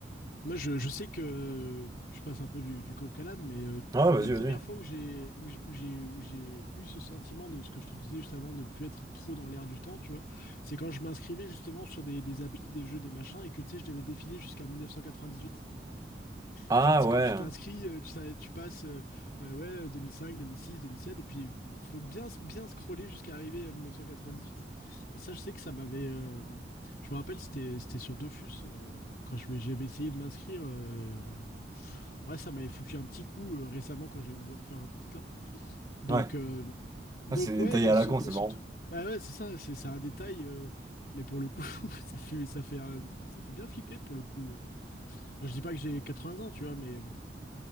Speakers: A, on the left (about 55°); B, on the right (about 20°).
A: Moi, je, je sais que je passe un peu du, du coq à l'âne, mais euh,
B: Ah,
A: la
B: ouais, vas-y,
A: première
B: vas-y.
A: fois où j'ai où j'ai où j'ai où j'ai eu ce sentiment de ce que je te disais juste avant de plus être trop dans l'air du temps, tu vois, c'est quand je m'inscrivais justement sur des, des applis, des jeux, des machins, et que tu sais, je devais défiler jusqu'à 1998.
B: Ah,
A: Genre, tu sais,
B: ouais.
A: quand tu t'inscris, euh, tu, t'as- tu passes euh, euh, ouais, 2005, 2006, 2007, et puis faut bien, bien scroller jusqu'à arriver à 1998. Et ça, je sais que ça m'avait. euh, je me rappelle, c'était, c'était sur Dofus, euh, quand je, vais- j'avais essayé de m'inscrire. euh, ouais, ça m'avait foutu un petit coup euh, récemment quand j'avais voulu refaire un compte, là. Donc,
B: Ouais.
A: euh, donc
B: Ah, c'est détaillé
A: ouais, il y
B: à
A: a ce,
B: la con,
A: il
B: c'est
A: y a ce
B: marrant.
A: truc. Bah ouais, c'est ça, c'est c'est un détail. euh, mais pour le coup, <laughs> ça fait, ça fait, un- ça fait bien flipper pour le coup. euh. Moi, je dis pas que j'ai 80 ans, tu vois, mais.